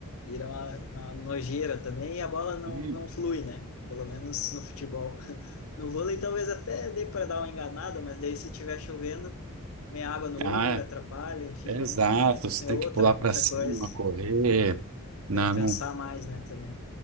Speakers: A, on the left; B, on the right.
A: vira uma, uma nojeira também e a bola não,
B: Ih,
A: não flui, né? Pelo menos no futebol. <laughs> No vôlei talvez até dê para dar uma enganada, mas daí se tiver chovendo, vem água no olho,
B: ah,
A: atrapalha, enfim,
B: exato.
A: né? É,
B: Você tem
A: é outra,
B: que pular pra
A: outra
B: cima,
A: coisa.
B: correr. Não,
A: Deve cansar
B: não,
A: mais, né, também.